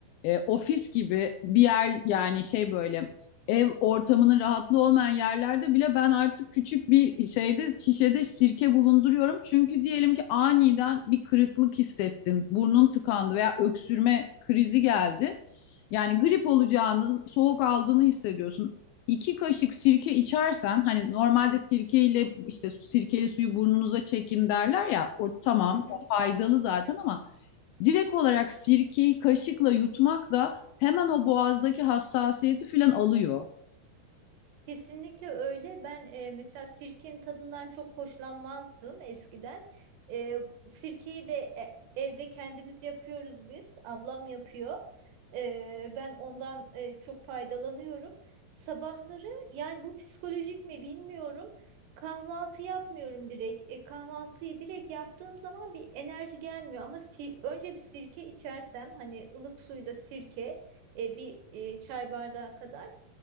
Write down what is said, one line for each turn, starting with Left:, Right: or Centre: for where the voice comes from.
Left: e, ofis gibi bir yer yani şey böyle ev ortamının rahatlığı olmayan yerlerde bile ben artık küçük bir şeyde şişede sirke bulunduruyorum. Çünkü diyelim ki aniden bir kırıklık hissettin, burnun tıkandı veya öksürme krizi geldi. Yani grip olacağını, soğuk aldığını hissediyorsun. İki kaşık sirke içersen hani normalde sirkeyle işte sirkeli suyu burnunuza çekin derler ya o tamam
Right: Hı hı.
Left: faydalı zaten ama direkt olarak sirkeyi kaşıkla yutmak da hemen o boğazdaki hassasiyeti filan alıyor.
Right: Kesinlikle öyle. Ben e, mesela sirkenin tadından çok hoşlanmazdım eskiden. E, sirkeyi de e, evde kendimiz yapıyoruz biz. Ablam yapıyor. Ee, ben ondan e, çok faydalanıyorum. Sabahları yani bu psikolojik mi bilmiyorum. Kahvaltı yapmıyorum direkt. E, kahvaltıyı direkt yaptığım zaman bir enerji gelmiyor ama sir- önce bir sirke içersem hani ılık suyla sirke e, bir e, çay bardağı kadar